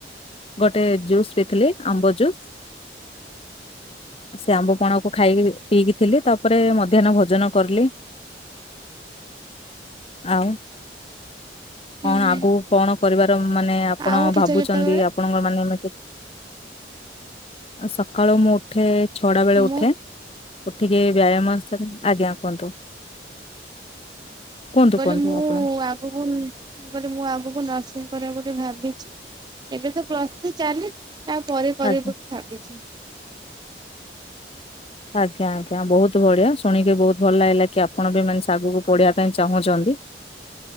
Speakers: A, on the left; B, on the right.
A: ଗୋଟେ ଜୁସ୍ ପିଥିଲି ଆମ୍ବ ଜୁସ୍।
B: ହ।
A: ସେ ଆମ୍ବ ପଣାକୁ ଖାଇକିରି ପିଇକି ଥିଲି ତାପରେ ମଧ୍ୟାନ୍ନ ଭୋଜନ କରଲି। ଆଉ।
B: ହୁଁ
A: କଣ ଆଗକୁ କଣ କରିବାର ମାନେ ଆପଣ
B: ଆଉ ଉଠୁଛ
A: ଭାବୁଛନ୍ତି
B: କେତେବେଳେ
A: ଆପଣଙ୍କ ମାନେ ଏମିତି ଆଉ ସକାଳୁ ମୁଁ ଉଠେ ଛଅଟା ବେଳେ
B: ମୁଁ
A: ଉଠେ। ଉଠିକି ବ୍ୟାୟାମ ଅନୁସାରେ ଆଜ୍ଞା କୁହନ୍ତୁ। କୁହନ୍ତୁ
B: ମାନେ
A: କୁହନ୍ତୁ
B: ମୁଁ
A: ଆପଣ
B: ଆଗକୁ ମାନେ ମୁଁ କହିଲି ମୁଁ ଆଗକୁ ନର୍ସିଙ୍ଗ କରିବା ବୋଲି ଭାବିଛି ଏବେ ତ ପ୍ଲସ ଥ୍ରି ଚାଲିଛି। ଆଉ ପରେ କରିବି
A: ଆଜ୍ଞା
B: ବୋଲି ଭାବିଛି।
A: ଆଜ୍ଞା ଆଜ୍ଞା ବହୁତ ବଢିଆ ଶୁଣିକି ବହୁତ ଭଲ ଲାଗିଲା କି ଆପଣ ବି ମାନେ ସେ ଆଗକୁ ପଢିବା ପାଇଁ ଚାହୁଁଛ ବି